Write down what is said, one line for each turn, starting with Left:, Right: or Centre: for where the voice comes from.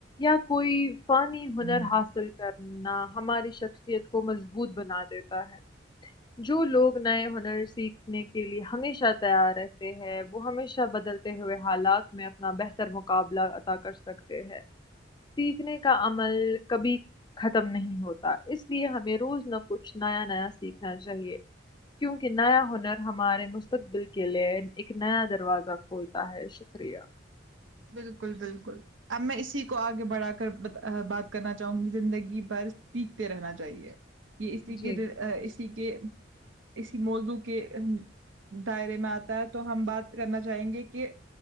Left: یا کوئی پانی ہنر
Right: ہوں
Left: حاصل کرنا ہماری شخصیت کو مضبوط بنا دیتا ہے جو لوگ نئے ہنر سیکھنے کے لیے ہمیشہ تیار رہتے ہے وہ ہمیشہ بدل ہوئے حالات میں اپنا بہتر مقابلہ ادا کر سکتے ہیں سیکھنے کا عمل کبھی ختم نہیں ہوتا اس لیے ہمیں روز نہ کچھ نیا نیا سیکھنا چاہیے کیونکہ نیا ہنر ہمارے مستقبل کے لیے ایک نیا دروازہ کھولتا ہے شکریہ
Right: بالکل بالکل اب میں اسی کو آگے بڑھا کر بات کرنا چاہوں گی زندگی بھر سیکھتے رہنا چاہیے یہ اسی
Left: جی
Right: کے اسی کے اسی موضوع کے دائرے میں آتا ہے تو ہم بات کرنا چاہیں گے کہ